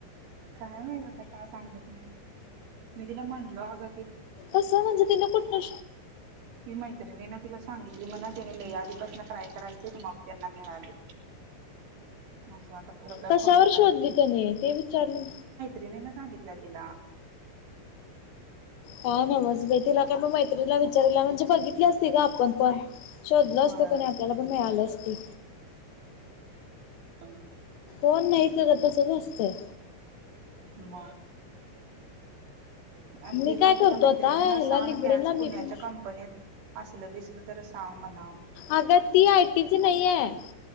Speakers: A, on the right (about 65°); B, on the left (about 80°).
A: काय माहत आता का सांगत नाही मी तिला म्हणलो अग
B: कसं म्हणजे ति न कुठ न
A: ती मैतना तिला सांगितली म्ह ना त्याने लई आधीपासून ट्राय करायचय मग त्यांना मिळाले असं आता खरं काय
B: कशावर
A: खोटं
B: शोधली
A: काय.
B: त्याने ते विचारले.
A: न सांगितलं तिला.
B: हा नमज भे तिला काय मैत्रीला विचाराला म्हणजे बघित. कली असते का आपण पण शोधल
A: व्हय.
B: असतो कणी आपल्याला पण मिळालंच ते.
A: हा.
B: कोण नहीत. सगळं तसंच असतंय.
A: म. आणि
B: मी
A: तीजा
B: काय करतो
A: तुझ्या मैत्रिणीना
B: आता ह्याला
A: सांग
B: लिंकडीनला
A: त्याच
B: मी
A: पुण्याच्या
B: पण
A: कंपनीत असल बिसल तर सांग म्हणाव.
B: अग ती आयटीची नाही आहे.